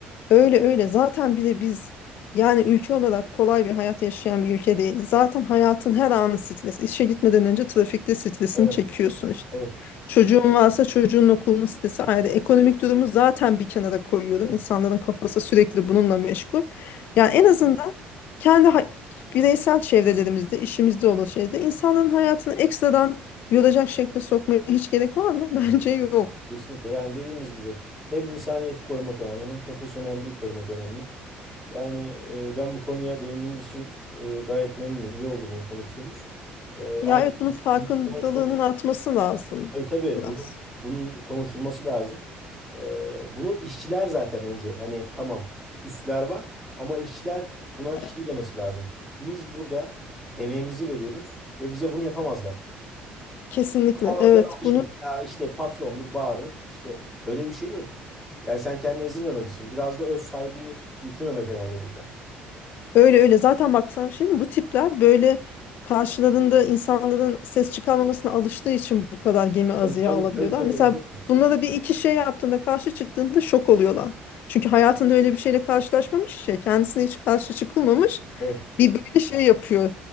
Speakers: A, on the left; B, in the centre.
A: Öyle öyle. Zaten bir de biz yani ülke olarak kolay bir hayat yaşayan bir ülke değil. Zaten hayatın her anı stres. İşe gitmeden önce trafikte stresini
B: Evet,
A: çekiyorsun işte.
B: evet,
A: Çocuğun varsa çocuğun okulunun stresi ayrı. Ekonomik durumu zaten bir kenara koyuyorum.
B: evet,
A: İnsanların kafası sürekli bununla meşgul. Yani en azından kendi ha- bireysel çevrelerimizde, işimizde olan şeyde insanların hayatını ekstradan yoracak şekilde sokmaya hiç gerek var mı? <laughs> Bence
B: evet.
A: yok.
B: Kesinlikle. Yani dediğimiz gibi hem insaniyeti korumak önemli hem profesyonelliği korumak önemli. Yani e, ben bu konuya değindiğimiz için e, gayet memnunum. İyi oldu bunu konuştuğumuz. E, aynı
A: Ya evet bunun farkındalığının
B: konuştuğumuz
A: artması lazım
B: tabii tabii
A: biraz.
B: bunun bunun konuşulması lazım. E, bunu işçiler zaten önce hani tamam üstler var ama işçiler buna
A: E,
B: şey demesi lazım. Biz burada emeğimizi veriyoruz ve bize bunu yapamazlar.
A: Kesinlikle.
B: Bazıları
A: Evet,
B: alışmış.
A: bunu
B: Ya işte patrondur bağırır. İşte öyle bir şey yok. Yani sen kendini ezdirmemelisin. Biraz da öz saygıyı yitirmemek önemli burada.
A: Öyle öyle zaten bak sana bir şey diyeyim mi? Bu tipler böyle karşılarında insanların ses çıkarmamasına alıştığı için bu kadar gemi azıya
B: Tabii tabii
A: alabiliyorlar.
B: tabii tabii
A: Mesela
B: eziyorsun.
A: bunlara bir iki şey yaptığında karşı çıktığında şok oluyorlar. Çünkü hayatında öyle bir şeyle karşılaşmamış şey. Kendisine hiç karşı çıkılmamış.
B: Evet.
A: Bir böyle şey yapıyor.